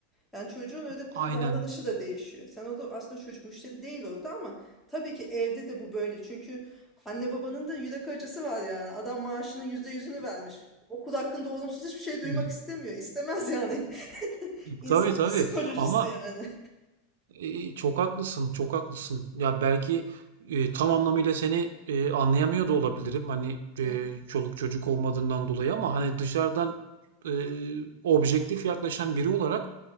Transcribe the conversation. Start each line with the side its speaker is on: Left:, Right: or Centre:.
Centre: Yani çocuğun öğretmene
Right: Aynen.
Centre: davranışı da değişiyor. Sen orada aslında çocuk müşteri değil orada ama tabii ki evde de bu böyle. Çünkü anne babanın da yürek acısı var yani. Adam maaşının yüzde yüzünü vermiş. Okul hakkında olumsuz hiçbir şey duymak
Right: <laughs>
Centre: istemiyor. İstemez yani <laughs> İnsan
Right: Tabii tabii.
Centre: <laughs> psikolojisi
Right: Ama
Centre: yani.
Right: Ee, çok haklısın, çok haklısın. Ya belki e, tam anlamıyla seni e, anlayamıyor da olabilirim. Hani e,
Centre: Hı,
Right: çoluk çocuk olmadığından dolayı ama hani dışarıdan e, objektif yaklaşan biri olarak